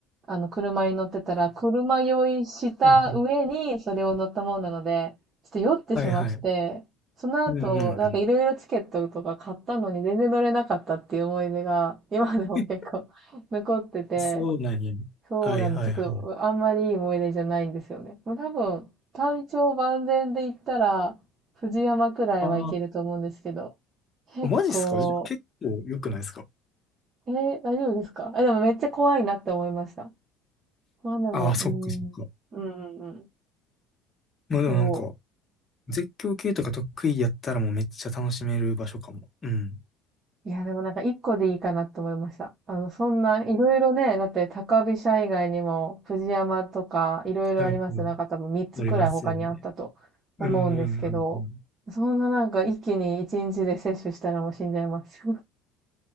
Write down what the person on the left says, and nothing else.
はい。
はいはい。
うんうんうん。
え、そうなんや。
はいはいはい。
あ
あ、マジっすかじゃあ結構良くないですか
ああ、そっかそっか。
まあでもなんか、
絶叫系とか得意やったらもうめっちゃ楽しめる場所かも。うん。
うんうん。ありますよね。うんうんうんうん。